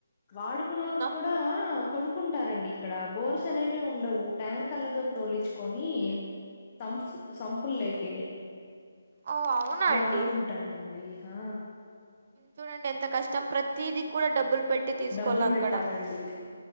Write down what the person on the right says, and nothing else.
ఉందా?
ఓ అవునా
అండి
చూడండి ఎంత కష్టం ప్రతిది కూడా డబ్బులు పెట్టి తీసుకోవల్ల
అక్కడ.